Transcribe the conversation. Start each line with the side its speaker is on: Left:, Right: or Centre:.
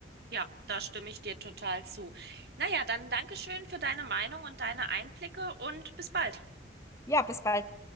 Right: Ja, da stimme ich dir total zu. Naja, dann Dankeschön für deine Meinung und deine Einblicke und bis bald.
Left: Ja, bis bald.